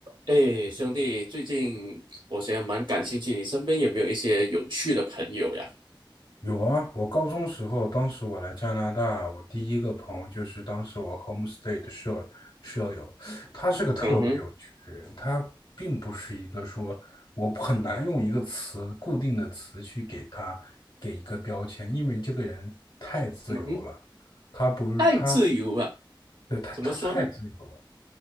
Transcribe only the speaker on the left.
有啊，我高中时候，当时我来加拿大，我第一个朋友就是当时我 homestay 的舍舍友，他是个特别有趣的人，
他并不是一个说我很难用一个词固定的词去给他给一个标签，因为这个人太自由了，
他不是他，
对，他他太自由了。